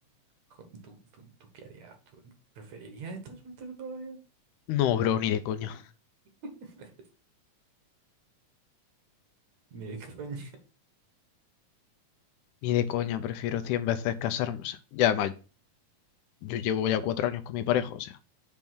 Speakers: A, on the right; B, on the left.
A: Jo, ¿Tú, tú, tú qué harías? ¿Tú preferirías estar soltero toda la vida?
B: No, bro, ni de coña.
A: <laughs> Mira, coño.
B: Ni de coña, prefiero 100 veces casarme. O sea, ya además, yo llevo ya cuatro años con mi pareja, o sea,